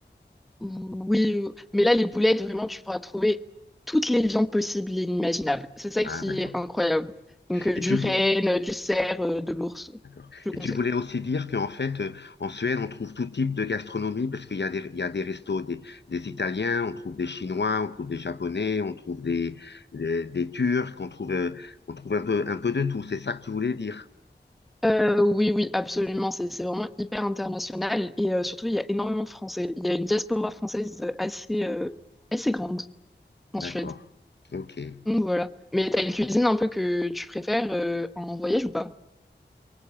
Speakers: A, in the centre; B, on the left (about 70°).
A: oui, euh, mais là, les boulettes, vraiment, tu pourras trouver toutes les viandes possibles et inimaginables. C'est ça
B: Ah,
A: qui
B: d'accord.
A: est incroyable. Donc, euh,
B: Et
A: du
B: tu,
A: renne,
B: vou-
A: euh, du cerf, euh, de l'ours,
B: D'accord.
A: je
B: Et
A: conseille.
B: tu voulais aussi dire qu'en fait, euh, en Suède, on trouve tout type de gastronomie parce qu'il y a des, il y a des restos des, des Italiens, on trouve des Chinois, on trouve des Japonais, on trouve des, des, des Turcs, on trouve, euh, on trouve un peu, un peu de tout. C'est ça que tu voulais dire.
A: Euh, oui, oui, absolument. C'est c'est vraiment hyper international. Et euh, surtout, il y a énormément de Français. Il y a une diaspora française euh, assez, euh, assez grande en
B: D'accord.
A: Suède.
B: OK.
A: Donc, voilà. Mais t'as une cuisine un peu que tu préfères euh, en voyage ou pas?